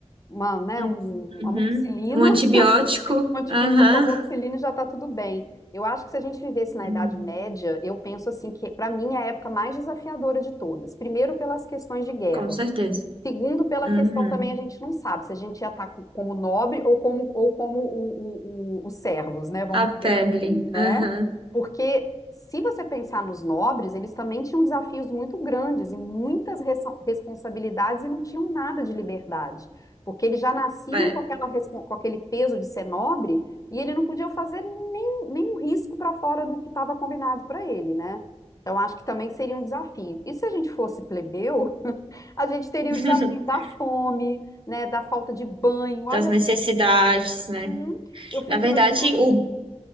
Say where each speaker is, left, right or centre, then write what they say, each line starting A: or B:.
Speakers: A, on the left (about 30°); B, on the right (about 45°).
A: uma, né?
B: Hum,
A: um- uma
B: Uhum.
A: amoxicilina,
B: Um antibiótico,
A: <laughs> um antibiótico,
B: aham,
A: uma amoxicilina e já tá tudo bem. Eu acho que se a gente vivesse na
B: Uhum.
A: Idade Média, eu penso assim que, para mim, é a época mais desafiadora de todas. Primeiro, pelas questões de guerra.
B: Com certeza.
A: Segundo, pela
B: Uhum.
A: questão também, a gente não sabe se a gente ia estar co- como nobre ou como, ou como o- o- o- os servos, né? Vamos
B: A
A: dizer
B: febre,
A: assim, né?
B: aham,
A: Porque se você pensar nos nobres, eles também tinham desafios muito grandes e muitas resso- responsabilidades e não tinham nada de liberdade, porque eles já nasciam
B: É.
A: com aquela respon- com aquele peso de ser nobre e ele não podia fazer nem, nenhum risco para fora do que estava combinado para ele, né? Então, acho que também seria um desafio. E se a gente fosse plebeu? <laughs> A gente teria
B: <laughs>
A: o desafio da fome, né, da falta de banho. Ai,
B: Das
A: amiga,
B: necessidades, né?
A: uhum. eu fico
B: Na verdade,
A: imaginando,
B: o,